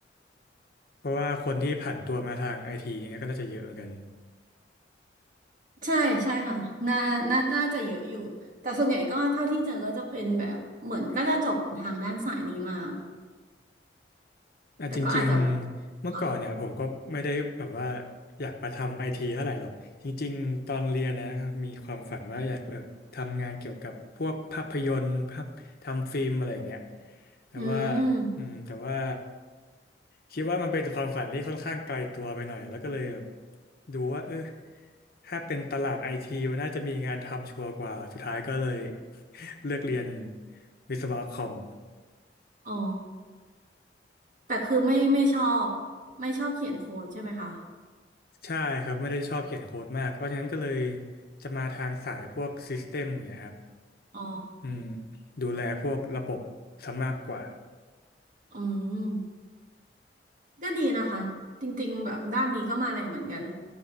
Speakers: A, on the left (about 55°); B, on the right (about 45°).
A: เพราะว่าคนที่ผ่านตัวมาทางไอทีเนี่ยก็น่าจะเยอะเหมือนกัน
B: ใช่ใช่ค่ะน่าน่าน่าจะเยอะอยู่แต่ส่วนใหญ่ก็เท่าที่เจอก็จะเป็นแบบเหมือนก็จะจบทางด้านสายนี้มา
A: อ่ะจริงๆเมื่อก่อนเนี่ยผมก็ไม่ได้แบบว่า
B: แต่ก็อาจจะค่ะ
A: อยากมาทำไอทีเท่าไหร่หรอกจริงๆตอนเรียนนะครับมีความฝันว่าอยากแบบทำงานเกี่ยวกับพวกภาพยนตร์ภาพทำฟิล์มอะไรอย่างเงี้ยแต่ว่า
B: อืม
A: อืมแต่ว่าคิดว่ามันเป็นความฝันที่ค่อนข้างไกลตัวไปหน่อยแล้วก็เลยแบบดูว่าเออถ้าเป็นตลาดไอทีมันน่าจะมีงานทำชัวร์กว่าสุดท้ายก็เลย <laughs> เลือกเรียนวิศวะคอม
B: อ๋อแต่คือไม่ไม่ชอบไม่ชอบเขียนโค้ดใช่ไหมคะ
A: ใช่ครับไม่ได้ชอบเขียนโค้ดมากเพราะฉะนั้นก็เลยจะมาทางสายพวกซิสเต็มเนี่ยครับ
B: อ๋อ
A: อืมดูแลพวกระบบซะมากกว่า
B: อืมก็ดีนะคะจริงๆแบบด้านนี้ก็มาแรงเหมือนกัน